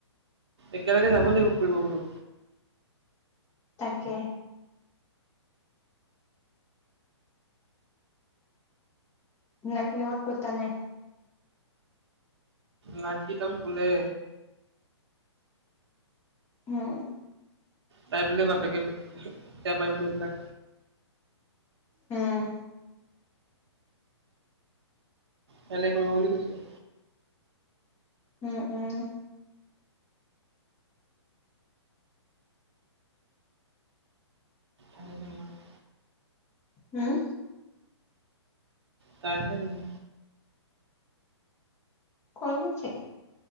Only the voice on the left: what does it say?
তাকে মিনাক্ষী লগত পতা নাই
হম
উম
উম উম
হম
কৰিব ছেক